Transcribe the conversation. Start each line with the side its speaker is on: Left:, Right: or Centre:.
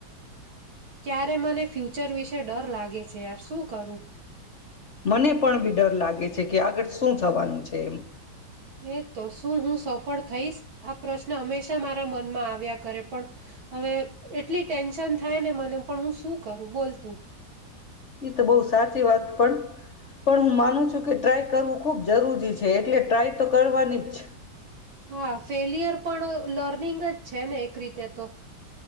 Right: ક્યારે મને ફ્યુચર વિશે. છે, ડર લાગે છે યાર શું કરું.
Left: મને પણ બીડર લાગે છે, કે આગળ શું થવાનું છે, એમ.
Right: એ તો શું હું સફળ થઈશ આ પ્રશ્ન હંમેશા મારા મનમાં આવ્યા કરે પણ હવે એટલી ટેન્શન થાય ને મને પણ હું શું કરું બોલતું
Left: એ તો બહુ સાચી વાત પણ પણ હું માનું છું કે ટ્રાય કરવું ખુબ જરૂરી છે, એટલે ટ્રાય તો કરવાની જ છે.
Right: હા ફેલિયર પણ લર્નિંગ જ છે, ને એક રીતે તો